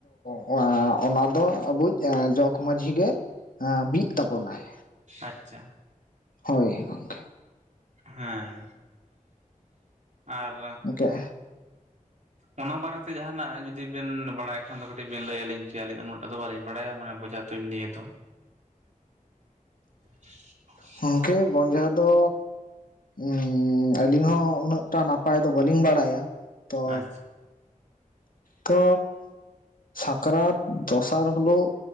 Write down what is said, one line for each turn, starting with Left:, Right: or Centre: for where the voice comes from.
Left: ᱚᱶᱟ ᱚᱱᱟ ᱫᱚ ᱟᱵᱚᱭᱤᱡ ᱮ‌ᱸ ᱡᱚᱜᱽ ᱢᱟᱺᱡᱷᱤ ᱜᱮ ᱵᱤᱜ ᱛᱟᱵᱚᱱᱟᱭ᱾
Right: ᱟᱪᱪᱷᱟ
Left: ᱦᱚᱭ ᱜᱚᱝᱠᱮ
Right: ᱦᱮᱸ ᱟᱨ
Left: ᱜᱚᱝᱠᱮ
Right: ᱚᱱᱟ ᱵᱟᱨᱮ ᱛᱮ ᱡᱟᱦᱟᱱᱟᱜ ᱡᱩᱫᱤ ᱵᱮᱱ ᱵᱟᱲᱟᱭ ᱠᱷᱟᱱ ᱫᱚ ᱠᱟᱹᱴᱤᱡ ᱵᱮᱱ ᱞᱟᱹᱭ ᱟᱹᱞᱤᱧ ᱠᱮᱭᱟ? ᱟᱹᱞᱤᱧ ᱩᱱᱟᱹᱜ ᱴᱟ ᱫᱚ ᱵᱟᱹᱞᱤᱧ ᱵᱟᱲᱟᱭᱟ ᱢᱟᱱᱮ ᱵᱚᱡᱷᱟ ᱛᱩᱧ ᱱᱤᱭᱟᱹ ᱛᱚ <inaudible>
Left: ᱜᱚᱝᱠᱮ ᱵᱚᱡᱷᱟ ᱫᱚ ᱩᱸᱻ ᱟᱞᱤᱧ ᱦᱚᱸ ᱩᱱᱟᱹᱜᱴᱟ ᱱᱟᱯᱟᱭ ᱫᱚ ᱵᱟᱞᱤᱧ ᱵᱟᱲᱟᱭᱟ᱾ ᱛᱚ
Right: ᱟᱪᱪᱷᱟ
Left: ᱛᱚ ᱥᱟᱠᱨᱟᱛ ᱫᱚᱥᱟᱨ ᱦᱩᱞᱳᱜ